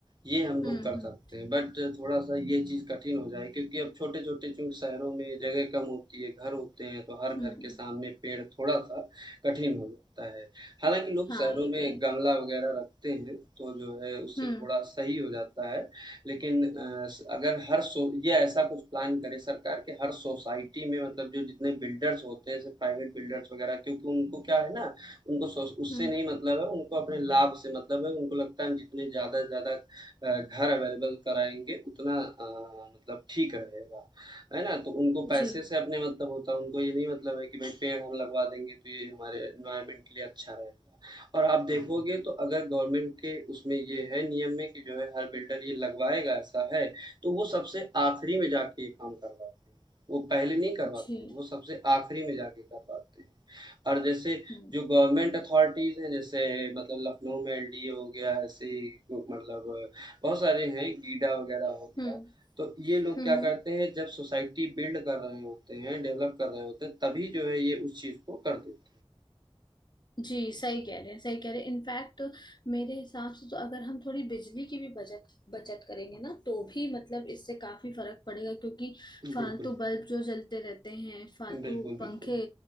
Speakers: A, on the right; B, on the left.
A: ये हम लोग
B: हम्म
A: कर
B: हम्म
A: सकते हैं, बट थोड़ा-सा ये चीज़ कठिन हो जाए क्योंकि अब छोटे-छोटे चूँकि शहरों में जगह कम होती है, घर होते हैं, तो हर घर
B: हम्म
A: के सामने पेड़ थोड़ा-सा कठिन हो जाता है। हालाँकि लोग
B: हाँ
A: शहरों
B: ये
A: में
B: भी है
A: गमला वगैरह रखते हैं, तो जो है उससे
B: हम्म
A: थोड़ा सही हो जाता है। लेकिन अ, स अगर हर सो या ऐसा कुछ प्लान करे सरकार कि हर सोसाइटी में मतलब जो जितने बिल्डर्स होते हैं, जैसे प्राइवेट बिल्डर्स वगैरह क्योंकि उनको क्या है ना, उनको सोस उससे
B: हम्म
A: नहीं मतलब है, उनको अपने लाभ से मतलब है। उनको लगता है हम जितने ज़्यादा से ज़्यादा अ, घर अवेलेबल कराएँगे उतना अ, मतलब ठीक रहेगा। है ना? तो उनको पैसे
B: जी
A: से अपने मतलब होता है, उनको ये नहीं मतलब है कि भाई पेड़ हम लगवा देंगे तो ये हमारे एनवायरनमेंट के लिए अच्छा रहेगा। और आप देखोगे तो अगर गवर्नमेंट के उसमें ये है नियम में कि जो है हर बिल्डर ये लगवाएगा ऐसा है, तो वो सबसे आखिरी में जाके ये काम करवाते हैं। वो पहले नहीं करवाते,
B: जी
A: वो सबसे आखिरी में जाके करवाते हैं। और जैसे
B: हम्म
A: जो गवर्नमेंट अथॉरिटीज़ हैं जैसे मतलब लखनऊ में एलडीए हो गया ऐसे ही मतलब बहुत सारे हैं गीडा वगैरह हो गया
B: हम्म
A: तो ये लोग
B: हम्म
A: क्या
B: हम्म।
A: करते हैं जब सोसाइटी बिल्ड कर रहे होते हैं डेवलप कर रहे होते हैं तभी जो है ये उस चीज को कर देते
B: जी सही कह रहे हैं सही कह रहे हैं इनफैक्ट मेरे हिसाब से तो अगर हम थोड़ी बिजली की भी बचत बचत करेंगे ना तो भी मतलब इससे काफी फर्क पड़ेगा क्योंकि
A: हैं बिल्कुल
B: फालतू बल्ब जो जलते रहते हैं फालतू
A: बिल्कुल
B: पंखे
A: बिल्कुल